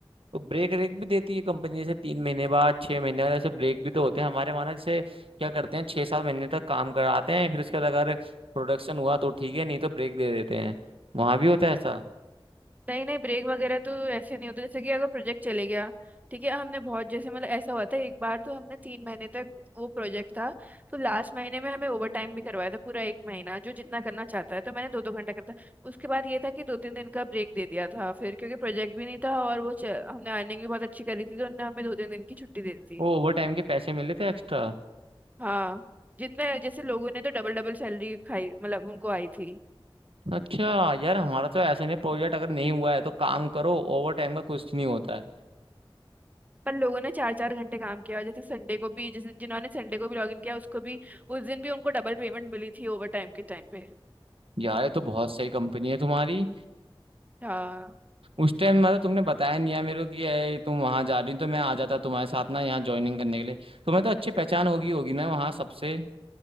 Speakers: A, on the right; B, on the right.
A: तो ब्रेक रेक भी देती है कंपनी जैसे तीन महीने बाद छह महीने बाद ऐसे ब्रेक भी तो होते हैं हमारे वहाँ ना जैसे क्या करते हैं छह सात महीने तक काम कराते हैं फिर उसके बाद अगर प्रोडक्शन हुआ तो ठीक है नहीं तो ब्रेक दे देते हैं वहाँ भी होता है ऐसा
B: नहीं नहीं ब्रेक वगैरह तो ऐसे नहीं होता जैसे कि अगर प्रोजेक्ट चले गया ठीक है हमने बहुत जैसे मतलब ऐसा हुआ था एक बार तो हमने तीन महीने तक वो प्रोजेक्ट था तो लास्ट महीने में हमें ओवर टाइम भी करवाया था पूरा एक महीना जो जितना करना चाहता है तो मैंने दो दो घंटा करता उसके बाद ये था कि दो तीन दिन का ब्रेक दे दिया था फिर क्योंकि प्रोजेक्ट भी नहीं था और वो च- हमने अर्निंग भी बहुत अच्छी करी थी तो उन्होंने हमें दो तीन दिन की छुट्टी दे दी थी
A: वो ओवर टाइम के पैसे मिले थे एक्स्ट्रा
B: हाँ जितने जैसे लोगों ने तो डबल डबल सैलरी खाई मतलब उनको आई थी
A: अच्छा यार हमारा तो ऐसा नहीं प्रोजेक्ट अगर नहीं हुआ है तो काम करो ओवर टाइम का कुछ नहीं होता है
B: पर लोगों ने चार चार घंटे काम किया और जैसे संडे को भी जैसे जिन्होंने संडे को भी लॉगिन किया उसको भी उस दिन भी उनको डबल पेमेंट मिली थी ओवर टाइम के टाइम पे
A: यार ये तो बहुत सही कंपनी है तुम्हारी
B: हाँ
A: उस टाइम मतलब तुमने बताया नहीं यार मेरे को कि ये तुम वहाँ जा रही हो, तो मैं आ जाता तुम्हारे साथ ना यहाँ ज्वाइनिंग करने के लिए तुम्हें तो अच्छी पहचान होगी होगी ना वहाँ सबसे